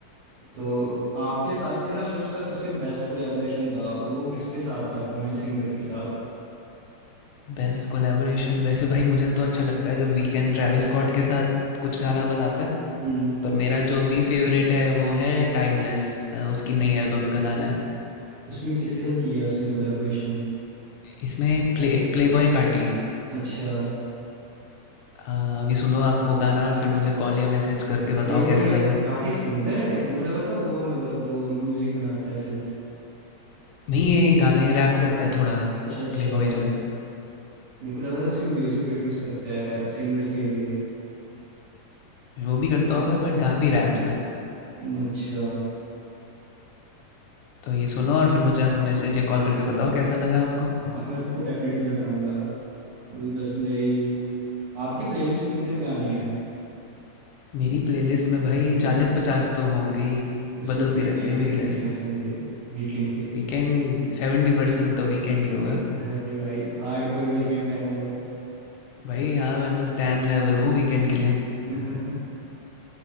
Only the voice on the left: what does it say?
बेस्ट कोलैबोरेशन वैसे भाई मुझे तो अच्छा लगता है जब वीकेंड ट्रैविस स्कॉट के साथ कुछ गाना बनाता है
पर मेरा जो भी फेवरेट है वो है टाइमलेस उसकी नई एल्बम का गाना है
इसमें प्ले प्ले बॉय कार्टी
अ, अभी सुनो आप वो गाना और फिर मुझे कॉल या मैसेज करके
बताओ कैसा लगा
नहीं ये गाने रैप करता है थोड़ा
प्ले बॉय जो है
वो भी करता होगा बट गा भी रहा है आजकल
तो ये सुनो और फिर मुझे आप मैसेज या कॉल करके बताओ कैसा लगा आपको
मेरी प्लेलिस्ट में भाई
चालीस पचास तो होंगे ही
बदलती
रहती है
मेरी
लिस्ट
वीकेंड सेवेंटी परसेंट तो वीकेंड ही होगा
भाई हाँ मैं तो स्टैंड लेवल हूँ वीकेंड के लिए